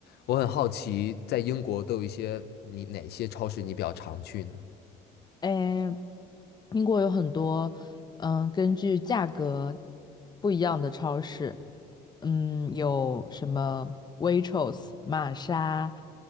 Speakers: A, on the left; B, on the left.
A: 我很好奇，在英国都有一些你哪些超市你比较常去呢？
B: 诶，英国有很多，嗯，根据价格不一样的超市，嗯，有什么 Waitrose、玛莎、